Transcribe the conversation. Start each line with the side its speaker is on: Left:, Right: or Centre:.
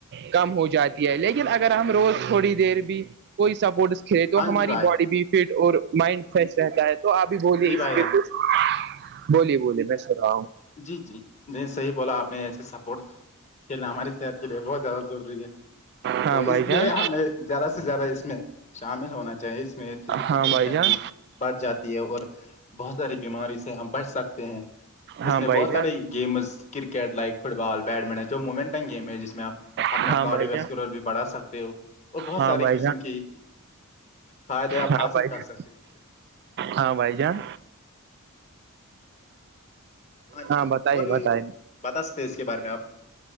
Right: کم ہو جاتی ہے لیکن اگر ہم روز تھوڑی دیر بھی کوئی سپورٹس کھیلے تو
Left: ہاں
Right: ہماری
Left: جی بھائی
Right: باڈی بھی فٹ اور مائنڈ فریش رہتا ہے تو آپ بھی بولیے
Left: جی
Right: اسی
Left: بھائی جان
Right: پہ کچھ بولیے بولیے میں سو رہا ہوں
Left: جی جی نہیں صحیح بولا آپ نے ایسے سپورٹ کھیلنا ہماری صحت کے لیے بہت زیادہ ضروری ہے
Right: ہاں
Left: تو
Right: بھائی
Left: اس لیے
Right: جان
Left: ہمیں زیادہ سے زیادہ اس میں شامل ہونا چاہیے اس میں فزیکل
Right: ہاں
Left: فٹنس
Right: بھائی جان
Left: بھی بڑھ جاتی ہے اور بہت ساری بیماری سے ہم بچ سکتے ہیں
Right: ہاں
Left: اس میں
Right: بھائی
Left: بہت سارے
Right: جان
Left: گیمز کرکٹ لائک فٹ بال بیڈمنٹن جو مومنٹنگ گیم ہیں جس میں آپ اپنا
Right: ہاں
Left: کارڈو
Right: بھائی
Left: ویسکولر
Right: جان
Left: بھی بڑھا سکتے ہو اور بہت
Right: ہاں
Left: ساری
Right: بھائی
Left: قسم
Right: جان
Left: کی فائدے آپ
Right: ہاں
Left: حاصل
Right: بھائی
Left: کر
Right: جان
Left: سکتے ہیں اس سے
Right: ہاں بھائی جان
Left: جی
Right: ہاں بتائیے
Left: اور بھی
Right: بتائی
Left: کچھ بتا سکتے ہیں اس کے بارے میں آپ